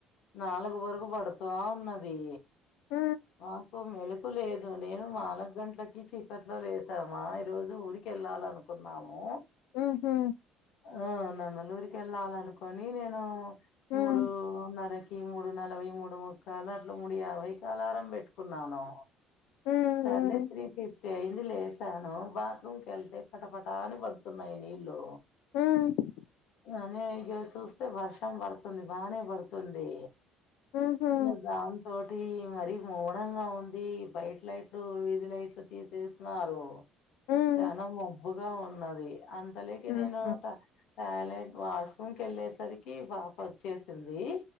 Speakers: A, on the left; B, on the left.
A: నాలుగు వరుకు బడుతావున్నదీ
B: ఊ
A: మాకు మెలకు లేదు నేను నాలుగు గంటలకి చీకట్లొ లేచాము ఆ ఈ రోజు ఊరికెళ్ళాలన్ కున్నామూ
B: ఉహూ
A: ఆ నందలూరికెళ్ళాలనుకొని నేనూ మూడూన్నరకి
B: ఉమ్
A: మూడు నలభై మూడు ముడుకల అట్ల మూడు యాభై కలారం బెట్టుకున్నానూ
B: ఉమ్
A: సర్లే
B: ఉమ్
A: త్రీ ఫిఫ్టీ అయింది లే చాను బాత్రూమ్ కెళ్తే పటపటాని బడుతున్నాయి నీళ్ళు
B: ఉమ్
A: అనీ ఇగ చూ స్తే వర్షం బడుతుంది బానే బడుతుంది
B: ఉహు
A: ఇగ దాంతోటి మరి మౌనంగా ఉంది బయట్ లైట్లు వీధి లైట్లు తీసేసినారు
B: ఉమ్
A: చాలా మబ్బుగా ఉన్నది అంతలెకి
B: ఉహు
A: నేనూ ట టాయిలెట్ వాష్రూమ్కెళ్ళేసరికి పాపొచ్చేసిందీ